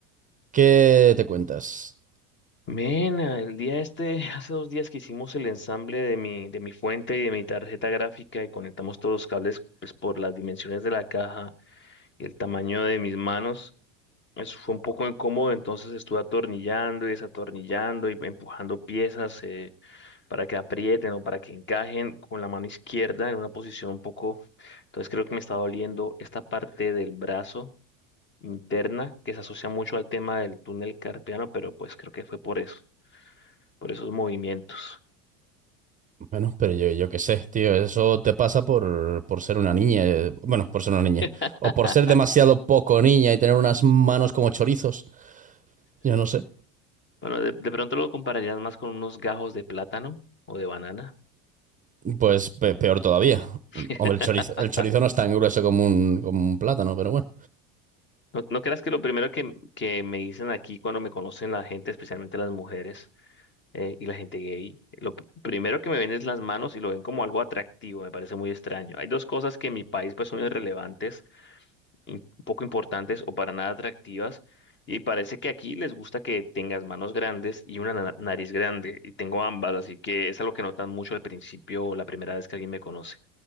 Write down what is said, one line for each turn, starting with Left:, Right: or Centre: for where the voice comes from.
Right: ¿Qué te cuentas?
Left: Mena, el día este, <laughs> hace dos días que hicimos el ensamble de mi, de mi fuente y de mi tarjeta gráfica y conectamos todos los cables pues, por las dimensiones de la caja y el tamaño de mis manos. Eso fue un poco incómodo, entonces estuve atornillando y desatornillando y empujando piezas. eh, para que aprieten o para que encajen con la mano izquierda en una posición un poco. Entonces creo que me está doliendo esta parte del brazo interna que se asocia mucho al tema del túnel carpiano, pero pues creo que fue por eso, por esos movimientos.
Right: Bueno, pero yo, yo qué sé, tío, eso te pasa por, por ser una niña, eh, bueno, por ser una niña,
Left: <laughs>
Right: o por ser demasiado poco niña y tener unas manos como chorizos, yo no sé,
Left: Bueno, de, de pronto lo compararías más con unos gajos de plátano o de banana.
Right: pues pe- peor todavía.
Left: <laughs>
Right: Hombre, el chorizo, el chorizo no es tan grueso como un, como un plátano, pero bueno.
Left: No, no creas que lo primero que, que me dicen aquí cuando me conocen la gente, especialmente las mujeres, eh, y la gente gay, lo p- primero que me ven es las manos y lo ven como algo atractivo, me parece muy extraño. Hay dos cosas que en mi país pues son irrelevantes, im- poco importantes o para nada atractivas, y parece que aquí les gusta que tengas manos grandes y una na- nariz grande, y tengo ambas, así que es algo que notan mucho al principio o la primera vez que alguien me conoce.